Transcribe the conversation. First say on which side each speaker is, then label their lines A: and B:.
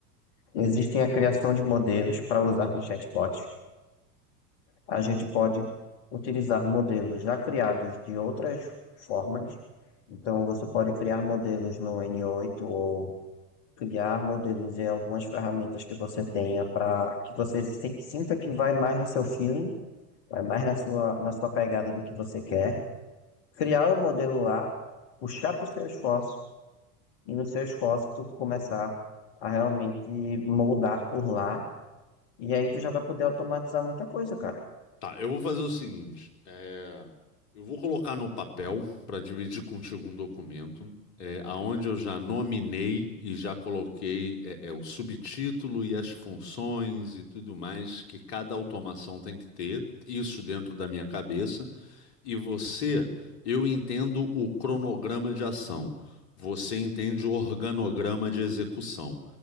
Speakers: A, on the left; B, on the left.
A: Existem a criação de modelos para usar com chatbots. A gente pode utilizar modelos já criados de outras formas. Então, você pode criar modelos no n oito ou criar modelos em algumas ferramentas que você tenha para que você si- sinta que vai mais no seu feeling, vai mais na sua, na sua pegada do que você quer. Criar o modelo lá, puxar para o seu esforço e no seu esforço tu começar a realmente moldar por lá. E aí tu já vai poder automatizar muita coisa, cara.
B: Tá, eu vou fazer o seguinte, é, eu vou colocar no papel para dividir contigo um documento, é, aonde eu já nominei e já coloquei é, é, o subtítulo e as funções e tudo mais que cada automação tem que ter, isso dentro da minha cabeça. E você, eu entendo o cronograma de ação. Você entende o organograma de execução.